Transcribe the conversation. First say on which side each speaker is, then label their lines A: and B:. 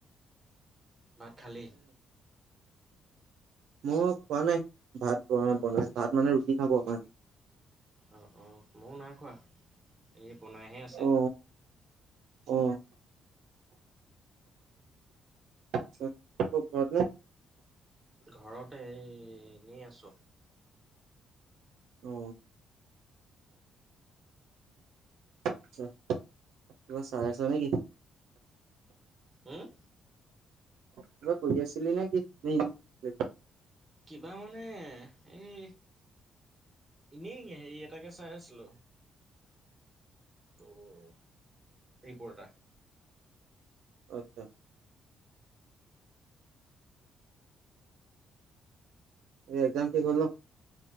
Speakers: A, on the right; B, on the right.
A: ভাত খালি?
B: মই খোৱা নাই ভাত ব-বনাই
A: অঁ
B: ভাত মানে ৰুটি খাব আমাৰ।
A: অঁ অঁ ময়ো নাই খোৱা, এই বনাইহে আছে।
B: অ অ। আছা ক'ত ঘৰত নে?
A: ঘৰতে এ এনেই আছোঁ।
B: অ। আচ্ছা, কিবা চাই আছ নেকি?
A: হুম
B: কিবা কৰি আছিলি নেকি <unintelligible>
A: কিবা মানে এই ইনেই হেৰি এটাকে চাই আছিলোঁ। তোৰ ৰিপৰ্ট এটা।
B: আচ্ছা। এই একজাম শেষ হ'ল ন?